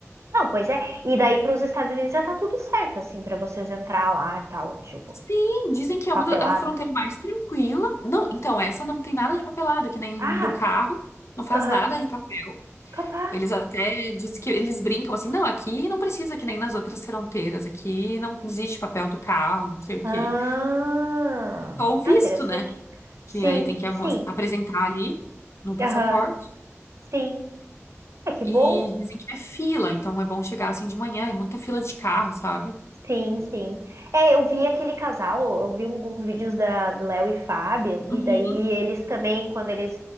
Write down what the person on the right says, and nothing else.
Não, pois é. E daí para os Estados Unidos já tá tudo certo, assim, para vocês entrar lá e tal, tipo,
papelada.
Ah,
aham,
capaz.
Ah,
ah, interessante.
Sim,
sim,
aham, sim. É que
bom.
Sim, sim. É, eu vi aquele casal, eu vi alguns vídeos da, do Léo e Fábio, e
daí eles também, quando eles